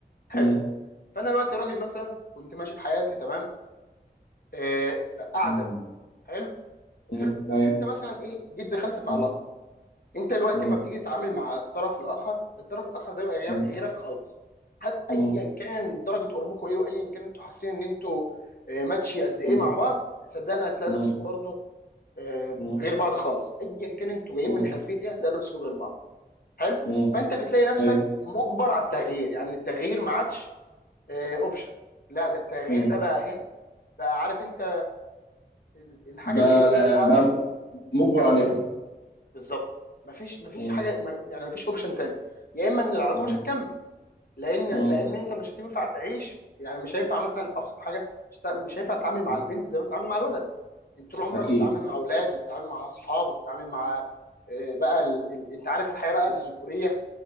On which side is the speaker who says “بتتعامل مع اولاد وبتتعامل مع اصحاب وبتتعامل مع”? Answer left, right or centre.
Left